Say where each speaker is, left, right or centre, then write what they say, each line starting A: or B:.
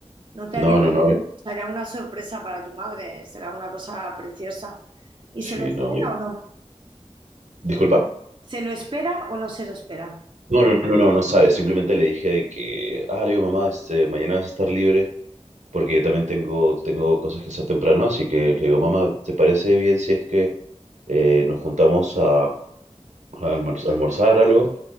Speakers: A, on the right; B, on the right.
A: No te
B: No,
A: había
B: no,
A: entendido.
B: no. eh,
A: Será una sorpresa para tu madre, será una cosa preciosa. ¿Y
B: Sí,
A: se lo espera
B: no.
A: o no?
B: Disculpa.
A: ¿Se lo espera o no se lo espera?
B: No, no, no, no, no sabe. Simplemente le dije de que, ah, le digo, mamá, este, mañana vas a estar libre porque yo también tengo, tengo cosas que hacer temprano. Así que le digo, mamá, ¿te parece bien si es que eh, nos juntamos a, a almor- almorzar algo?